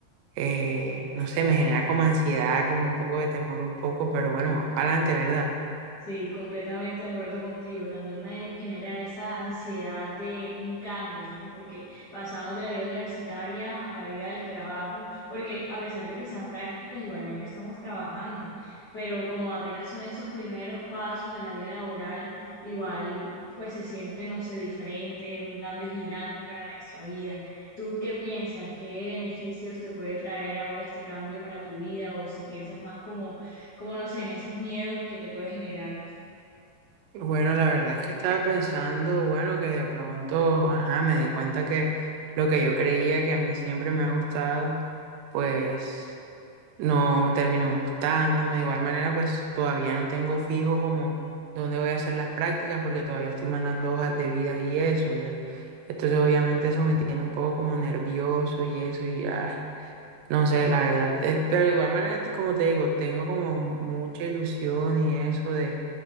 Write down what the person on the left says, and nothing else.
Sí, completamente de acuerdo contigo. También me genera esa ansiedad de un cambio, ¿no? Porque pasamos de la vida universitaria a la vida del trabajo, porque a pesar de que sean prácticas, igualmente estamos trabajando, pero como apenas son esos primeros pasos a la vida laboral, igual pues se siente, no sé, diferente, un cambio gigante para nuestra vida. ¿Tú qué piensas? ¿Qué beneficios te puede traer ahora este cambio para tu vida? O si piensas más como, como no sé, en esos miedos que te puede generar.